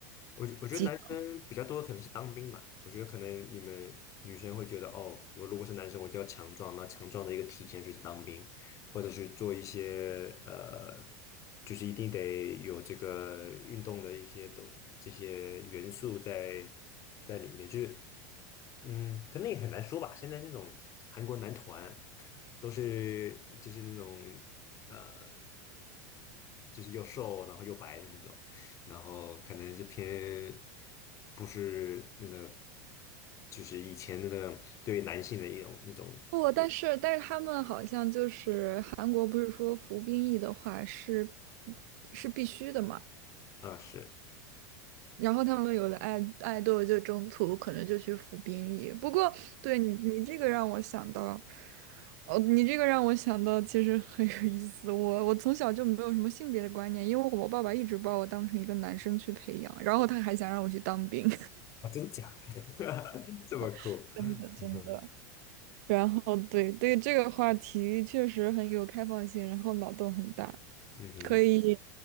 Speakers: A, on the left; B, on the right.
A: 我觉我觉得男生比较多可能是当兵嘛，
B: 机会
A: 我觉得可能你们女生会觉得哦，我如果是男生，我就要强壮，那强壮的一个体现就是当兵，或者是做一些呃，就是一定得有这个运动的一些都这些元素在在里面，就是。嗯，可能也很难说吧。现在那种韩国男团都是就是那种呃，就是又瘦然后又白的那种，然后可能就偏不是那个，就是以前那个对于男性的一种那种
B: 不，但是但是他们好像就是韩国不是说服兵役的话是是必须的嘛？
A: 啊，是
B: 然后他们有的爱爱豆就中途可能就去服兵役。不过，对你你这个让我想到，哦，你这个让我想到，其实很有意思。我我从小就没有什么性别的观念，因为我爸爸一直把我当成一个男生去培养，然后他还想让我去当兵，
A: 啊，真假？<laughs> 这么酷？
B: <laughs> 真的真的。
A: 嗯哼，
B: 然后对对这个话题确实很有开放性，然后脑洞很大，
A: 嗯哼，
B: 可以